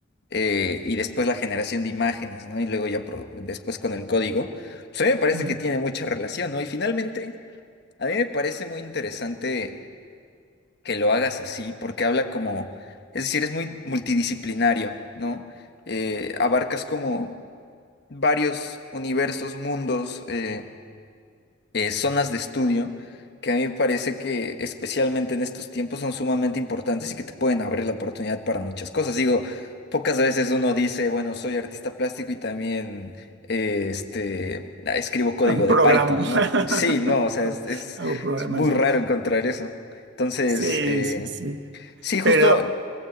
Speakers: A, on the left; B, on the right.
A: eh, y después la generación de imágenes, ¿no? Y luego ya pro- después con el código. Pues a mí me parece
B: <laughs>
A: que tiene mucha relación, ¿no? Y finalmente... A mí me parece muy interesante que lo hagas así, porque habla como, es decir, es muy multidisciplinario, ¿no? Eh, abarcas como varios universos, mundos, eh, eh, zonas de estudio que a mí me parece que especialmente en estos tiempos son sumamente importantes y que te pueden abrir la oportunidad para muchas cosas. Digo, pocas veces uno dice, bueno, soy artista plástico y también eh, este, ah, escribo código de
B: Programo,
A: Python, ¿no? Sí, no, o
B: <laughs>
A: sea,
B: Pro-
A: es, es-
B: hago programación.
A: es muy raro encontrar eso. Entonces,
B: Sí,
A: eh,
B: sí, sí.
A: sí, justo,
B: Pero,